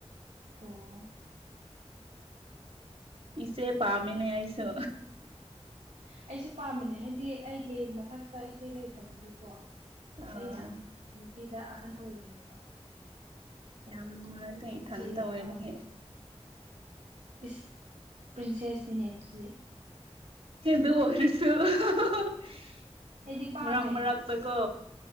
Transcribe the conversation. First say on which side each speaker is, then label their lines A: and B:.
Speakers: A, on the right; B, on the right.
A: ꯑꯣ
B: ꯏꯆꯦ ꯄꯥꯃꯤꯅꯦ ꯑꯩꯁꯨ
A: ꯑꯩꯁꯨ ꯄꯥꯝꯃꯤꯅꯦ ꯍꯥꯏꯗꯤ ꯑꯩꯒꯤ ꯃꯊꯛꯇ ꯏꯆꯦ ꯂꯩꯇꯕꯒꯤꯀꯣ
B: ꯑꯥ
A: ꯑꯩꯅ ꯅꯨꯄꯤꯗ ꯑꯍꯟ ꯑꯣꯏꯕꯅꯦꯕ
B: ꯌꯥꯝ ꯅꯨꯡꯉꯥꯏꯇꯦ
A: ꯑꯗꯨꯗꯨꯒꯤ
B: ꯏꯊꯟꯇ
A: ꯏꯆꯦ ꯌꯥꯝ
B: ꯑꯣꯏꯕꯒꯤ
A: ꯄꯥꯝꯃꯦ ꯏꯁ ꯄ꯭ꯔꯤꯟꯁꯦꯁꯅꯤꯅꯦ ꯑꯗꯨꯗꯤ
B: <unintelligible>
A: ꯑꯩꯗꯤ ꯄꯥꯝꯃꯦ
B: ꯃꯔꯛ ꯃꯔꯛ ꯐꯩꯀꯣ